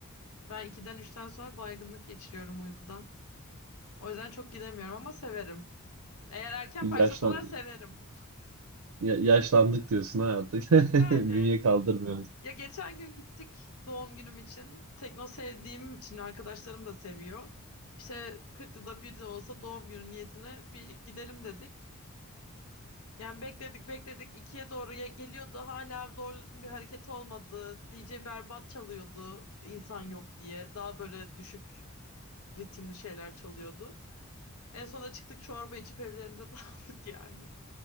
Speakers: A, on the left; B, on the right.
A: Ben 2'den üçten sonra baygınlık geçiriyorum uykudan. O yüzden çok gidemiyorum ama severim. Eğer erken
B: Yaşlan
A: başlasalar severim.
B: ya- yaşlandık diyorsun ha artık. <laughs>
A: Yani
B: Bünye kaldırmıyor.
A: ya geçen gün gittik doğum günüm için. Tekno sevdiğim için arkadaşlarım da seviyor. İşte 40 yılda bir de olsa doğum günü niyetine bir gidelim dedik. Yani bekledik bekledik ikiye doğru ya geliyordu hala doğru düzgün bir hareket olmadı. DJ berbat çalıyordu insan yok diye. Daha böyle düşük ritimli şeyler çalıyordu. En sonunda çıktık çorba içip evlerimize <laughs> dağıldık yani.